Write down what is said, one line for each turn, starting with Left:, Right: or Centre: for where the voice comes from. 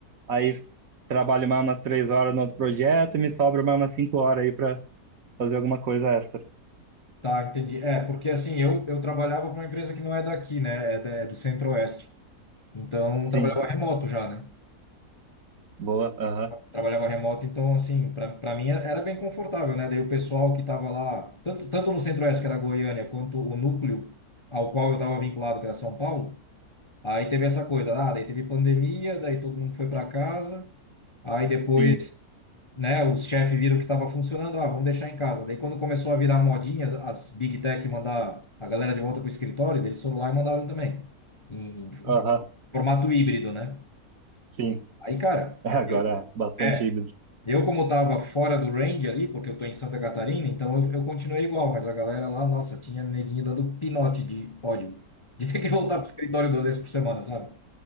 Right: aí trabalho mais umas três horas no outro projeto, e me sobra mais umas cinco horas aí pra fazer alguma coisa extra.
Left: Tá, entendi. É, porque assim, eu, eu trabalhava para uma empresa que não é daqui, né? É, da- é do Centro-Oeste. Então,
Right: Sim.
Left: trabalhava remoto já, né?
Right: Boa, aham,
Left: Trabalhava remoto, então, assim, para para mim era era bem confortável, né? Daí o pessoal que estava lá, tanto, tanto no Centro-Oeste, que era Goiânia, quanto o núcleo ao qual eu estava vinculado, que era São Paulo, aí teve essa coisa, ah, daí teve pandemia, daí todo mundo foi para casa, aí depois
Right: sim,
Left: né, os chefes viram que estava funcionando, ah, vamos deixar em casa. Daí quando começou a virar modinha, as, as Big Tech mandar a galera de volta para o escritório, eles foram lá e mandaram também, em,
Right: aham,
Left: em formato híbrido, né?
Right: sim. <laughs>
Left: Aí, cara,
Right: É agora
Left: eu,
Right: é bastante
Left: é,
Right: híbrido.
Left: eu como estava fora do range ali, porque eu tô em Santa Catarina, então eu, eu continuei igual, mas a galera lá, nossa, tinha neguinho dando pinote de ódio, de ter que voltar pro escritório duas vezes por semana, sabe?